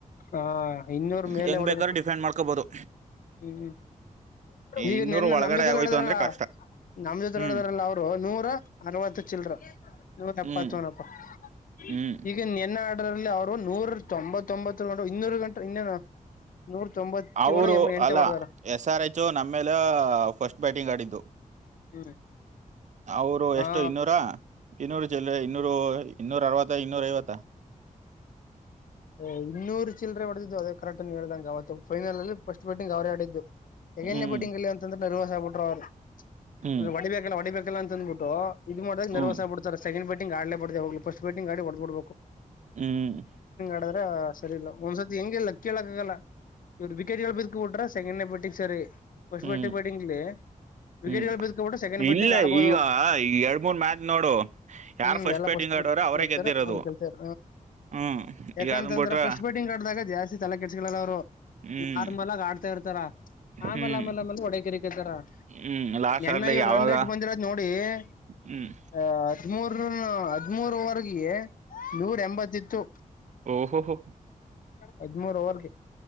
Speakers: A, on the left (about 80°); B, on the right (about 60°).
A: ಹ ಇನ್ನೂರ್ ಮೇಲೆ
B: ಹೆಂಗ್
A: ಹೊಡಿಬೇಕು
B: ಬೇಕಾದ್ರು ಡಿಫೆಂಡ್ ಮಾಡ್ಕೋಬಹುದು
A: ಹ್ಮ್ ಈಗ
B: ಇನ್ನೂರು
A: ನೆನ್ನೆ
B: ಒಳಗಡೆ
A: ನಮ್ ಜೊತೆಲ್
B: ಆಗೋಯ್ತು
A: ಆಡಿದ್ರಲ್ಲ
B: ಅಂದ್ರೆ ಕಷ್ಟ
A: ನಮ್ ಜೊತೆಲ್
B: ಹ್ಮ್
A: ಆಡಿದ್ರಲ್ಲ, ಅವರು ನೂರ ಅರವತ್ತು ಚಿಲ್ರೆ. <unintelligible>
B: ಹ್ಮ್ ಹ್ಮ್
A: ಹನ್ನೆರಡರಲ್ಲಿ ಅವರು ನೂರ ತೊಂಬತ್ತೊಂಬತ್ತು ಇನ್ನೂರು ಗಂಟ ಇನ್ನೇನು ನೂರ ತೊಂಬತ್ತೇಳು
B: ಅವರು,
A: ಎ ಎಂಟೆ
B: ಅಲ್ಲ
A: ಹೊಡದಾರ
B: ಎಸ್ಆರ್ಎಚ್ ನಮ್ಮ ಮೇಲೆ ಫಸ್ಟ್ ಬ್ಯಾಟಿಂಗ್ ಆಡಿದ್ದು
A: ಹ್ಮ್
B: ಅವರು
A: ಹಾ
B: ಎಷ್ಟೋ ಇನ್ನೂರ ಇನ್ನೂರು ಚಿಲ್ರೆ, ಇನ್ನೂರು, ಇನ್ನೂರ ಅರ್ವತ್ತ, ಇನ್ನೂರ ಐವತ್ತ?
A: ್ ಇನ್ನೂರು ಚಿಲ್ಲರೆ ಹೊಡೆದಿದ್ದು ಅದೇ ಕರೆಕ್ಟ ನೀ ಹೇಳ್ದಂಗ, ಅವತ್ತು ಫೈನಲ್ ಅಲ್ಲಿ ಫಸ್ಟ್ ಬ್ಯಾಟಿಂಗ್ ಅವರೇ ಆಡಿದ್ದು. <unintelligible>
B: ಹ್ಮ್
A: ಇಲ್ಲ ಅಂತಂದ್ರ <unintelligible> ಅಲ್ಲ
B: ಹ್ಮ್
A: ಹೊಡಿಬೇಕಲ್ಲ, ಹೊಡಿಬೇಕು ಅಂತ ಅಂದ್ಬಿಟ್ಟು ಇದು ಮಾಡ್ವಾಗ
B: ಹ್ಮ್
A: ನರ್ವಸ್ ಆಗ್ ಬಿಡ್ತಾರೆ ಸೆಕೆಂಡ್ ಬ್ಯಾಟಿಂಗ್ ಬ್ಯಾಟಿಂಗ್ ಆಡಲೇ ಬಾರದು ಯಾವಾಗ್ಲೂ ಫಸ್ಟ್ ಬ್ಯಾಟಿಂಗ್ ಆಡಿ ಹೊಡೆದು ಬಿಡಬೇಕು.
B: ಹ್ಮ್
A: ಆದ್ರೆ ಸರಿ ಇಲ್ಲ. ಒಂದ್ಸತಿ ಹೆಂಗೆ ಲಕ್ ಹೇಳಕ್ಕಾಗಲ್ಲ ಇವ್ರು ವಿಕೆಟ್ <unintelligible> ಬಿಟ್ರೆ ಸೆಕೆಂಡ್ ನೆ ಬ್ಯಾಟಿಂಗ್ ಸರಿ ಫಸ್ಟ್
B: ಹ್ಮ್
A: ಬಟ್ಟಿ ಬ್ಯಾಟಿಂಗಲ್ಲಿ, ವಿಕೆಟ್ಗಳು
B: ಹ್ಮ್
A: <unintelligible> ಸೆಕೆಂಡ್ ನೆ ಬ್ಯಾಟಿಂಗ್
B: ಇಲ್ಲ
A: ಅಲ್ಲಿ ಆಡ್ಬೋದು.
B: ಈಗ ಈ ಎರಡ್ ಮೂರ್ ಮ್ಯಾಚ್ ನೋಡು ಯಾರ್
A: ಹ್ಮ್ ಎಲ್ಲ
B: ಬ್ಯಾಟಿಂಗ್
A: ಫಸ್ಟ್
B: ಆಡೋರ ಅವರೇ
A: ಆಡ್ತಾರಾ
B: ಗೆದ್ದಿರೋದು
A: ಅವ್ರೇ ಗೆಲ್ತಾರ
B: ಹ್ಮ್
A: ಯಾಕಂತಂದ್ರ
B: ಈಗ ಅದನ್ ಬಿಟ್ರ
A: ಫಸ್ಟ್ ಬ್ಯಾಟಿಂಗ್ ಆಡಿದಾಗ ಜಾಸ್ತಿ ತಲೆ ಕೆಡಿಸಿಕೊಳ್ಳಲ ಅವರು.
B: ಹ್ಮ್
A: ನಾರ್ಮಲ್ ಆಗಿ ಆಡ್ತಾ ಇರ್ತಾರ, ಆಮೇಲೆ
B: ಹ್ಮ್
A: ಆಮೇಲೆ ಆಮೇಲೆ ಹೊಡಿಯಾಕ್ <unintelligible>
B: ಹ್ಮ್ ಲಾಸ್ಟ್
A: ನೆನ್ನ
B: ಆರ್ಲಿ
A: ಇವರು
B: ಯಾವಾಗ
A: ರನ್ ರೈಟ್ ಬಂದಿರೋದ ನೋಡಿ ಆ
B: ಹ್ಮ್
A: ಹದ್ಮೂರ್, ಹದ್ಮೂರವರೆಗೆ ನೂರ ಎಂಬತ್ತಿತ್ತು
B: ಓಹೋ ಹೋ
A: ಹದ್ಮೂರು ಓವರ್ ಗೆ